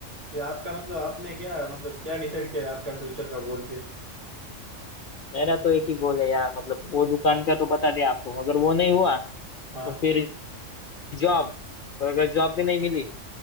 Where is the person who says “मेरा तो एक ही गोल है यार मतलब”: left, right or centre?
Left